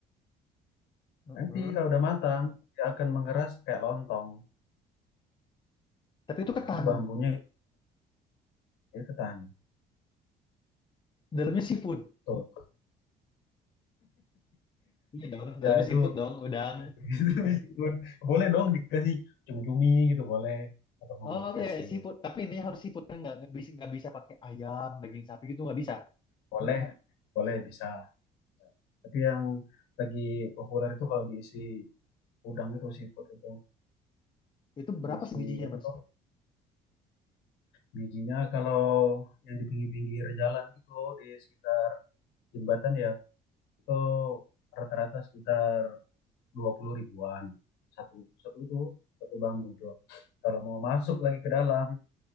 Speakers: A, on the left (about 30°); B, on the left (about 80°).
A: Heeh.
B: Nanti kalau udah matang, dia akan mengeras kayak lontong.
A: Tapi itu
B: Nah,
A: ketan,
B: itu bambunya itu ketan.
A: dalamnya seafood.
B: Betul.
A: Iya dong, dalamnya
B: Ya itu,
A: seafood dong, udang.
B: <laughs> itu meskipun boleh dong dikasih cumi-cumi gitu boleh atau mau
A: Oh
B: dikasih
A: iya iya, seafood, tapi intinya harus seafood kan nggak nggak bisa nggak bisa pakai ayam, daging sapi gitu nggak bisa.
B: boleh boleh bisa Tapi yang lagi populer itu kalau diisi udang itu siput itu
A: Itu berapa
B: diisi
A: sebijinya
B: apa
A: mas?
B: tuh bijinya kalau yang di pinggir-pinggir jalan gitu di sekitar jembatan ya itu rata-rata sekitar dua puluh ribuan satu satu itu satu bambu itu. Kalau mau masuk lagi ke dalam